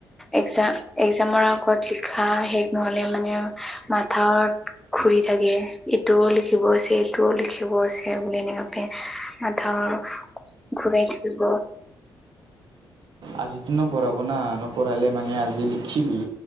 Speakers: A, in the centre; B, on the right (about 60°).
A: একজাম একজামৰ আগত লিখা আহে। নহ'লে মানে মাথাত ঘূৰি থাকে, এইটোও লিখিব আছে। লিখিব আছে বুলি, এনেকা মাতত ঘূৰাই থাকিব।
B: আজিতো নপঢ়াব না, নপঢ়লে মানে আজি লিখিবি।